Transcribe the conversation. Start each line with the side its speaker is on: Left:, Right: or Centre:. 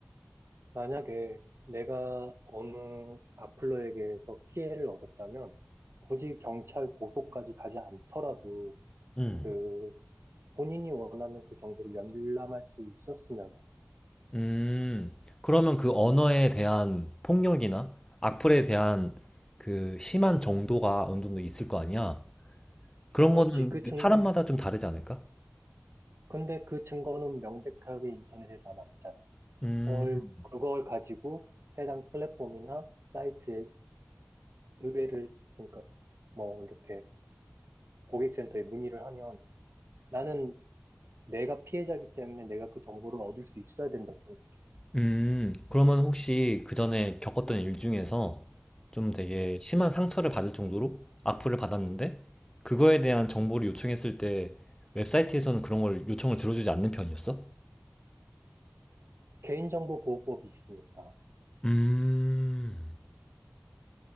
Right: 만약에 내가 어느 악플러에게서 피해를 얻었다면 굳이 경찰 고소까지 가지 않더라도
Left: 음.
Right: 그 본인이 원하는 그 정보를 열람할 수 있었으면 해.
Left: 음, 그러면 그 언어에 대한 폭력이나 악플에 대한 그 심한 정도가 어느 정도 있을 거 아니야? 그런
Right: 그렇지.
Left: 거는
Right: 그 증,
Left: 사람마다 좀 다르지 않을까?
Right: 근데 그 증거는 명백하게 인터넷에 남아있잖아.
Left: 음,
Right: 그걸, 그걸 가지고 해당 플랫폼이나 사이트에 의뢰를, 그러니까 뭐 이렇게 고객센터에 문의를 하면 나는 내가 피해자이기 때문에 내가 그 정보를 얻을 수 있어야 된다고 생각해.
Left: 음, 그러면 혹시 그 전에 겪었던 일 중에서 좀 되게
Right: 예.
Left: 심한 상처를 받을 정도로 악플을 받았는데 그거에 대한 정보를 요청했을 때 웹사이트에서는 그런 걸 요청을 들어주지 않는 편이었어?
Right: 개인정보보호법이 있으니까
Left: 음,